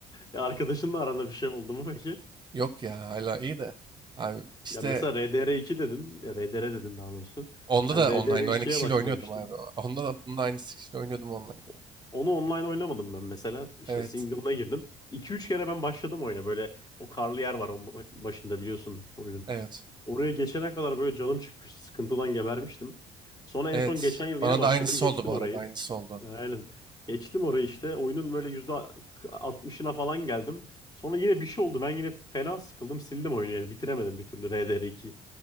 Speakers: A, on the left (about 25°); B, on the right (about 30°).
A: Ya Arkadaşınla aranda bir şey oldu mu peki?
B: Yok ya hala iyi de. Abi işte
A: Ya mesela RDR2 dedin. ya RDR dedin daha doğrusu.
B: onda
A: Ben
B: da
A: RDR2'ye
B: online aynı kişiyle
A: başlamıştım.
B: oynuyordum abi. Onda da bunun aynı kişiyle oynuyordum online.
A: O- Onu online oynamadım ben mesela. İşte
B: Evet.
A: single'ına girdim. 2 üç kere ben başladım oyuna. Böyle o karlı yer var onun başında biliyorsun oyunun.
B: Evet.
A: Oraya geçene kadar böyle canım çıkmıştı. Sıkıntıdan gebermiştim. Sonra
B: Evet.
A: en son geçen yıl
B: Bana
A: yine başladım.
B: da aynısı
A: Geçtim
B: oldu bu
A: orayı.
B: arada. Aynısı oldu.
A: Aynen. Geçtim orayı işte. Oyunun böyle yüzde 60'ına falan geldim. Sonra yine bir şey oldu. Ben yine fena sıkıldım. Sildim oyunu yani. Bitiremedim bir türlü RDR2.